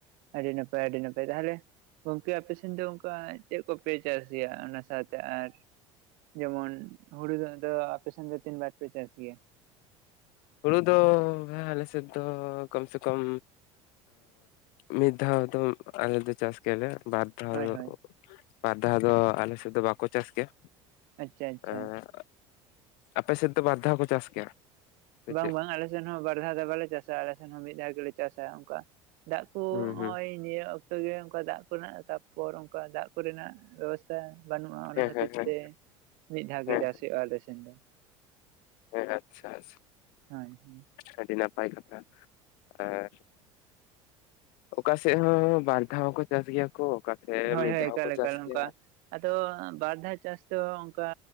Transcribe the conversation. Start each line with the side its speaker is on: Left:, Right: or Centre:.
Right: ᱟᱹᱰᱤ ᱱᱟᱯᱟᱭ ᱟᱹᱰᱤ ᱱᱟᱯᱟᱭ ᱛᱟᱦᱚᱞᱮ ᱜᱚᱢᱠᱮ ᱟᱯᱮ ᱥᱮᱫ ᱥᱮᱫ ᱫᱚ ᱚᱱᱠᱟ ᱪᱮᱫ ᱠᱚᱯᱮ ᱪᱟᱥ ᱜᱮᱭᱟ ᱚᱱᱟ ᱥᱟᱶᱛᱮ ᱟᱨ ᱡᱮᱢᱚᱱ ᱦᱩᱲᱩ ᱫᱚ ᱚᱯᱮ ᱥᱮᱱ ᱫᱚ ᱛᱤᱱ ᱵᱟᱨ ᱯᱮ ᱪᱟᱥ ᱜᱮᱭᱟ?
Left: ᱦᱩᱲᱩ ᱫᱚ ᱟᱞᱮ ᱥᱮᱫ ᱫᱚ ᱠᱟᱢ ᱥᱮ ᱠᱟᱢ ᱢᱤᱫ ᱫᱷᱟᱣ ᱫᱚ ᱟᱞᱮ ᱫᱚ ᱪᱟᱥ ᱜᱮᱭᱟᱞᱮ, ᱵᱟᱨ ᱟᱨ
Right: ᱦᱳᱭ ᱦᱳᱭ
Left: ᱵᱟᱨ ᱫᱷᱟᱣ ᱫᱚ ᱟᱞᱮ ᱥᱮᱫ ᱫᱚ ᱵᱟᱠᱚ ᱪᱟᱥ ᱜᱮᱭᱟ᱾
Right: ᱟᱪᱪᱷᱟ ᱟᱪᱪᱷᱟ
Left: ᱮᱸ ᱟᱯᱮ ᱥᱮᱫ ᱫᱚ ᱵᱟᱨ ᱫᱷᱟᱣ ᱠᱚ ᱪᱟᱥ ᱜᱮᱭᱟ? ᱥᱮ
Right: ᱵᱟᱝ
Left: ᱪᱮᱫ?
Right: ᱵᱟᱝ ᱟᱞᱮ ᱥᱮᱱ ᱦᱚᱸ ᱵᱟᱨ ᱫᱷᱟᱣ ᱫᱚ ᱵᱟᱞᱮ ᱪᱟᱥᱟ ᱟᱞᱮ ᱥᱮᱱ ᱦᱚᱸ ᱢᱤᱫ ᱫᱷᱟᱣ ᱜᱮᱞᱮ ᱪᱟᱥᱟ ᱚᱱᱠᱟ᱾ ᱫᱟᱜᱽ ᱠᱚ
Left: ᱦᱩᱸ
Right: ᱱᱚᱜᱚᱭ
Left: ᱦᱩᱸ
Right: ᱱᱤᱭᱟᱹ ᱚᱠᱛᱚ ᱜᱮ ᱚᱱᱠᱟ ᱫᱟᱜᱽ ᱠᱚᱨᱮᱱᱟᱜ ᱛᱟᱯᱚᱨ ᱚᱱᱠᱟ ᱫᱟᱜᱽ ᱠᱚᱨᱮᱱᱟᱜ ᱵᱮᱵᱚᱥᱛᱷᱟ, ᱵᱟᱹᱱᱩᱜ-ᱟ ᱚᱱᱟ
Left: ᱦᱮᱸ
Right: ᱠᱷᱟᱹᱛᱤᱨ
Left: ᱦᱮᱸ ᱦᱮᱸ
Right: ᱛᱮ ᱢᱤᱫ ᱫᱷᱟᱣ
Left: ᱦᱮᱸ
Right: ᱜᱮ ᱪᱟᱥ ᱦᱩᱭᱩᱜ-ᱟ ᱟᱞᱮ ᱥᱮᱱ ᱫᱚ-
Left: ᱦᱮᱸ ᱟᱪᱪᱷᱟ ᱟᱪᱪᱷᱟ᱾
Right: ᱦᱳᱭ ᱦᱮᱸ,
Left: ᱟᱹᱰᱤ ᱱᱟᱯᱟᱭ ᱠᱟᱛᱷᱟ, ᱟᱨ ᱚᱠᱟ ᱥᱮᱫ ᱦᱚᱸ ᱵᱟᱨ ᱫᱷᱟᱣ ᱦᱚᱸᱠᱚ ᱪᱟᱥ ᱜᱮᱭᱟ ᱠᱚ ᱚᱠᱟ ᱥᱮᱫ
Right: ᱦᱳᱭ
Left: ᱢᱤᱫ
Right: ᱦᱳᱭ
Left: ᱫᱷᱟᱣ
Right: ᱮᱠᱟᱞ
Left: ᱦᱚᱸᱠᱚ
Right: ᱮᱠᱟᱞ
Left: ᱪᱟᱥ ᱜᱮᱭᱟ᱾
Right: ᱚᱱᱠᱟ ᱟᱫᱚ ᱵᱟᱨ ᱫᱷᱟᱣ ᱪᱟᱥ ᱫᱚ ᱚᱱᱠᱟ